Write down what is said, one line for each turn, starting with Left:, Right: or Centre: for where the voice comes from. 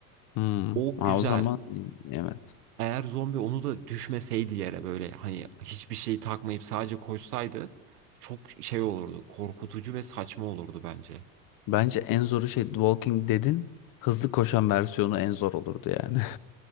Left: Hmm.
Right: o
Left: Ha,
Right: güzel
Left: o zaman evet.
Right: eğer zombi onu da düşmeseydi yere böyle hani hiçbir şey takmayıp sadece koşsaydı çok şey olurdu korkutucu ve saçma olurdu bence
Left: Bence en zoru şey Walking Dead'in hızlı koşan versiyonu en zor olurdu yani. <laughs>